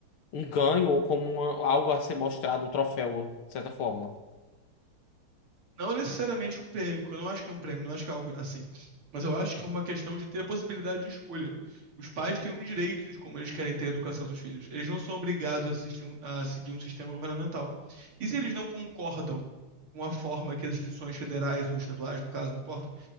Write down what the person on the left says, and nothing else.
um ganho, ou como uma- algo a ser mostrado, um troféu, de certa forma.